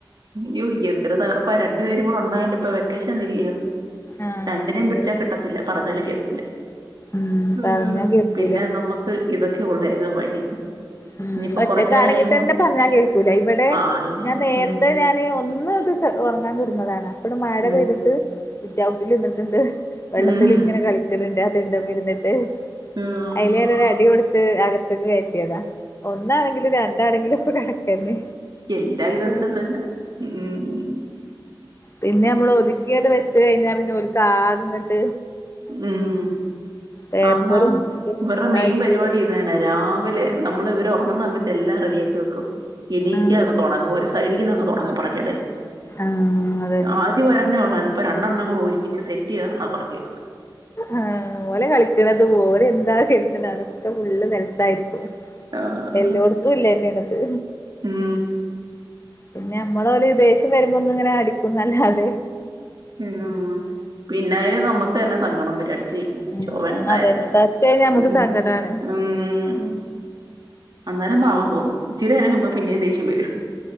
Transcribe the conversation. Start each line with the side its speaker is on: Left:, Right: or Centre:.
Right: യ്യോ യന്തൊരു തകർ രണ്ടു പേരും കൂടെ ഉണ്ടായിണ്ട് ഇപ്പ വെക്കേഷൻ ഇല്ലിയോ
Left: ആഹ്
Right: രണ്ടിനേം പിടിച്ചാ
Left: അതെ
Right: കിട്ടത്തില്ല പറഞ്ഞാല് കേക്കൂല
Left: ഉം
Right: മ്മ്
Left: പറഞ്ഞാ കേക്കൂല
Right: പിന്നെ നമ്മക്ക് ഇതൊക്കെ ഒള്ളു ഏക വഴി
Left: മ്മ്
Right: ഇനിയിപ്പോ
Left: ഒറ്റക്കാണെങ്കി
Right: കൊറച്ചേരം കഴിയുമ്പം
Left: തന്നെ പറഞ്ഞാൽ കേക്കൂല ഇവിടെ
Right: ആയില്ല
Left: ഞാൻ നേരത്തെ
Right: ഉം
Left: ഞാന് ഒന്ന് ഉറങ്ങാൻ കിടുന്നതാണ് ഇവടെ മഴ
Right: ഉം
Left: പെയ്തിട്ട് സിറ്റൗട്ടിൽ നിന്നിട്ട്ണ്ട് വെള്ളത്തിലിങ്ങനെ
Right: ഉം
Left: കളിക്കണ് ണ്ട് ണ്ട് വര്ന്ന്ണ്ട്
Right: ആഹ്
Left: അയില് ഞാനൊരു അടി കൊടുത്ത് അക കത്തക്ക് കേറ്റിയതാ ഒന്നാണെങ്കിലും രണ്ടാണെങ്കിലും കണക്കന്നെ
Right: എല്ലാ ഇതൊക്കെ
Left: ഉം
Right: തന്നെ ഉം
Left: പിന്നെ നമ്മള്
Right: അയ്യോ
Left: ഒതുക്കീയട് വെച്ച് എ കഴിഞ്ഞാ പിന്നെ ഓൽക്ക് ആകെങ്ങിട്ട്
Right: ഉം
Left: പേപ്പറും
Right: ആന്നാന്ന്
Left: അതും
Right: ഇവറെ
Left: മുട്ടായിക്കൂട
Right: മെയിൻ പരിപാടി ഇതന്നാ രാവിലെ നമ്മള് ഇവർ ഉറങ്ങുന്ന സമയത്ത് എല്ലാം റെഡിയാക്കി വെക്കും കും എണീക്ക
Left: ആഹ്
Right: അങ്ങ് തുടങ്ങും ഒരു സൈഡീന്ന് അങ്ങ് തുടങ്ങും പുറകേ വരും
Left: ആഹ് അതന്നെ
Right: ആതി വര്ന്ന ഓള് അട് ഇപ്പോൾ രണ്ടെണ്ണം കൂടെ ഒരുമിച്ച് സെറ്റ് ചേർന്ന പെർക്കിയത്
Left: ആ ഓലെ കളിക്കണത് ഓല് എന്താ കരുത്ണ അതൊക്കെ ഫുള്ള് നിലത്തായിരിക്കും
Right: ആഹ്
Left: എല്ലോട്ത്തും ഇള്ളന്നെ എന്നിട്ട്
Right: ഉം
Left: പിന്നെ നമ്മളോല് ദേഷ്യം വരുമ്പോ ഒന്ന് ഇങ്ങനെ അടിക്കുംന്നല്ലാതെ
Right: ഉം പിന്നായാല് നമ്മക്ക് ക്ക് തന്നെ സങ്കടം വരും അടിച്ചെയ്ഞാൽ
Left: ഉം
Right: ച്ചോ വേണ്ടായിരുന്നു
Left: അതന്നെ ടച്ച് കഴിഞ്ഞാ നമുക്ക്
Right: ഉം
Left: സങ്കടാണ്
Right: ഉം അന്നേരം പാവം തോന്നും ഇച്ചിരി നേരം കയ്യുമ്പ പിന്നേം ദേഷ്യം വരും